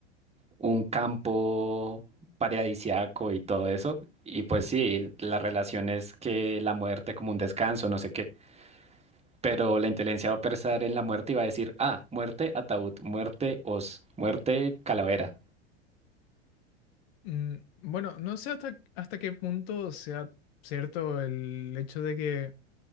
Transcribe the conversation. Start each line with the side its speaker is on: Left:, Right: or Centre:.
Right: un campo paradisiaco y todo eso. Y pues sí, la relación es que la muerte como un descanso, no sé qué. Pero la inteligencia va a pensar en la muerte y va a decir, ah, muerte ataúd, muerte os, muerte calavera.
Left: Mm, bueno, no sé hasta, hasta qué punto sea cierto el hecho de que